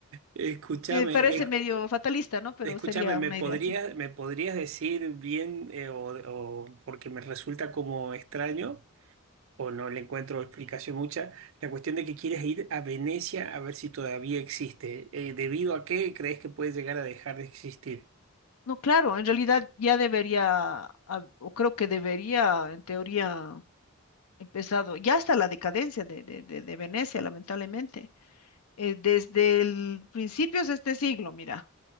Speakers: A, on the right (about 65°); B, on the left (about 90°).
A: Escúchame,
B: Eh, parece
A: es-
B: medio fatalista, ¿no? Pero
A: escúchame,
B: sería
A: ¿me
B: una
A: podrías,
B: idea así.
A: me podrías decir bien eh, o, o- porque me resulta como extraño o no le encuentro explicación mucha, la cuestión de que quieres ir a Venecia a ver si todavía existe. Eh, ¿debido a qué crees que puede llegar a dejar de existir?
B: No, claro, en realidad ya debería, ah, o creo que debería, en teoría, empezado, ya está la decadencia de, de, de, de Venecia, lamentablemente, eh, desde el principios de este siglo, mira.